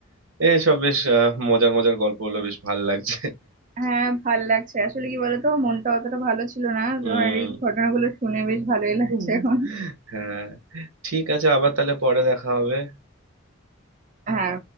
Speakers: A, on the right (about 80°); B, on the right (about 40°).
A: এসব বেশ আহ, মজার মজার গল্প হলো বেশ ভালো লাগছে
B: হ্যাঁ ভাল লাগছে আসলে কি বলতো মনটা অতটা ভালো ছিল না
A: উম
B: তোমার এই ঘটনাগুলো শুনে বেশ ভালোই লাগছে
A: হুম।
B: এখন
A: হ্যাঁ ঠিক আছে আবার তাহলে পরে দেখা হবে
B: হ্যাঁ